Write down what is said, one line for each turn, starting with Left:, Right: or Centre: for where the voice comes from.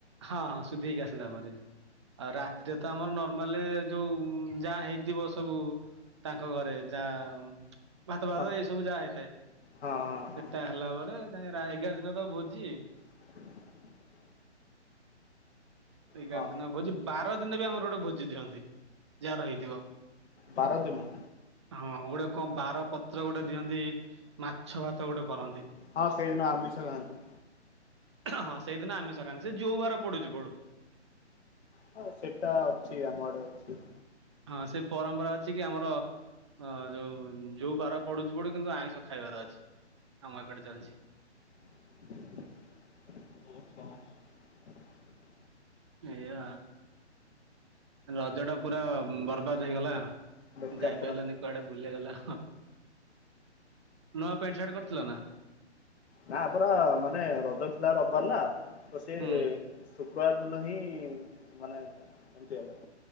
Right: ହଁ ସୁଧି ହେଇକି ଆସିଲା ପରେ। ଆଉ ରାତିରେ ତ ଆମର ନର୍ମାଲ ଯୋଉ ଯାହା ହେଇଥିବ ସବୁ ତାଙ୍କ ଘରେ ଯାହା ଭାତ ଭାତ
Left: ହଁ
Right: ଏଇ ସବୁ ଯାହା ହେଇଥାଏ,
Left: ହଁ
Right: ସେଟା
Left: ହଁ ହଁ
Right: ହେଲାପରେ ତାଙ୍କେ ରା ଏଗାର ଦିନ ତ ଭୋଜି।
Left: <inaudible>
Right: ଏଗାର
Left: ହଁ
Right: ଦିନ ଭୋଜି, ବାର ଦିନ ବି ଆମର ଗୋଟେ ଭୋଜି ଦିଅନ୍ତି। ଯାହାର ହେଇଥିବ
Left: ବାର ଦିନ
Right: ହଁ ଗୋଟେ କଣ ବାରପତ୍ର ଗୋଟେ ଦିଅନ୍ତି, ମାଛ ଭାତ ଗୋଟେ କରନ୍ତି।
Left: ହଁ ସେଇଦିନ ଆମିଷ ଖାଆନ୍ତି।
Right: ହଁ ସେଇଦିନ ଆମିଷ ଖାଆନ୍ତି, ସେ ଯୋଉ ବାର ପଡୁଛି ପଡୁ।
Left: ହଁ ସେଟା ଅଛି ଆମ ଆଡ଼େ ଅଛି।
Right: ହଁ ସେ ପରମ୍ପରା ଅଛି କି ଆମର ଅଁ ଯୋଉ ଯୋଉ ବାର ପଡୁଛି ପଡୁ କିନ୍ତୁ ଆଇଁଷ ଖାଇବାର ଅଛି, ଆମ ଏକଡ଼େ ଚାଲିଛି।
Left: <unintelligible>
Right: ଏଇଆ, ରଜଟା ପୁରା ବର୍ବାଦ ହେଇଗଲା।
Left: ବେକାର
Right: ଯାଇପାଇଲନି
Left: ପୁରା
Right: କୁଆଡେ ବୁଲିଗଲ, ନୂଆ ପ୍ୟାଣ୍ଟ ସାର୍ଟ କରିଥିଲ ନା?
Left: ନାଁ ଆମର ମାନେ ରଜ ଥିଲା ରବିବାର ନା ତ ସିଏ
Right: ହୁଁ।
Left: ଶୁକ୍ରବାର ଦିନ ହିଁ ମାନେ ଏମିତି ହେଲା।